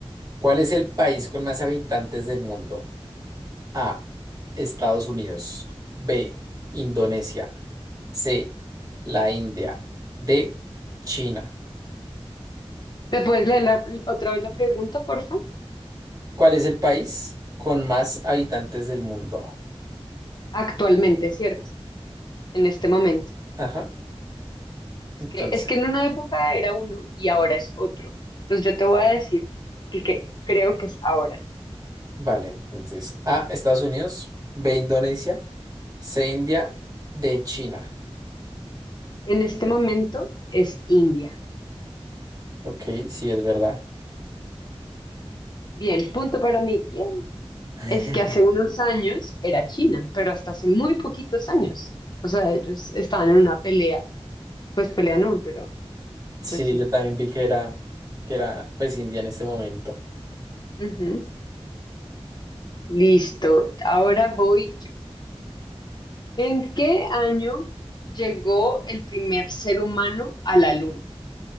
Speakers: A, on the right; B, on the left.
A: ¿cuál es el país con más habitantes del mundo? A. Estados Unidos. B. Indonesia. C. La India. D. China.
B: ¿Me puedes leer la- otra vez la pregunta, porfa?
A: ¿Cuál es el país con más habitantes del mundo?
B: Actualmente, ¿cierto? En este momento.
A: Ajá.
B: Es
A: Entonces,
B: que, es que en una época era uno y ahora es otro. Entonces yo te voy a decir el que creo que es ahora.
A: vale. Entonces, A, Estados Unidos, B, Indonesia, C, India, D, China.
B: En este momento es India.
A: Ok, sí, es verdad.
B: Bien, punto para mí. Yay.
A: <laughs>
B: Es que hace unos años era China, pero hasta hace muy poquitos años. O sea, ellos estaban en una pelea. Pues pelea no, pero
A: Sí,
B: pues sí.
A: yo también vi que era, que era pues India en este momento.
B: Ujú. Listo. Ahora voy ¿En qué año llegó el primer ser humano a la Luna?